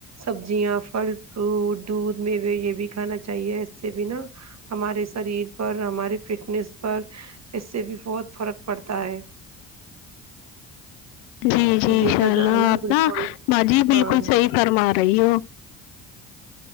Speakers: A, on the right (about 40°); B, on the left (about 75°).
A: سبزیاں پھل فروٹ دودھ موے یہ بھی کھانا چاہیے اس سے بھی نا ہمارے شریر پر ہمارے فٹنیس پر اس سے بھی بہت فرق پڑتا ہے
B: جی جی
A: اور
B: ان
A: دیکھا
B: شاء اللہ
A: جائے نا
B: آپ
A: بالکل
B: ن با جی
A: ہاں
B: بالکل صحیح فرما رہی ہو